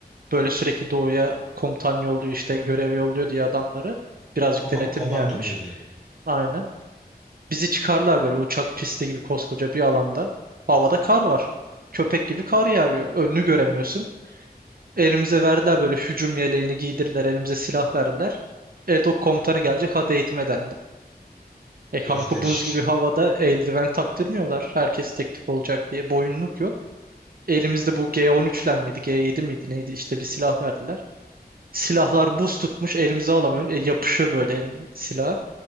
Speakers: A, on the right; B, in the centre.
A: böyle sürekli doğuya komutan yolluyor işte
B: Hı hı.
A: görev yolluyor diye adamları. Birazcık
B: Koma-
A: denetimli
B: komando
A: yermiş.
B: birliği
A: Aynen. Bizi çıkarlar böyle uçak pisti gibi koskoca bir alanda. Havada kar var. Köpek gibi kar yağıyor. Önünü göremiyorsun. Elimize verdiler böyle hücum yeleğini giydirdiler. Elimize silah verdiler. Edok komutanı gelecek hadi eğitime dendi. E kanka
B: gösteriş
A: buz
B: için.
A: gibi havada eldiven taktırmıyorlar. Herkes tek tip olacak diye. Boyunluk yok. Elimizde bu G13'ler miydi? G7 miydi neydi? İşte bir silah verdiler. Silahlar buz tutmuş elimize alamıyorsun. E, yapışıyor böyle elin- silah.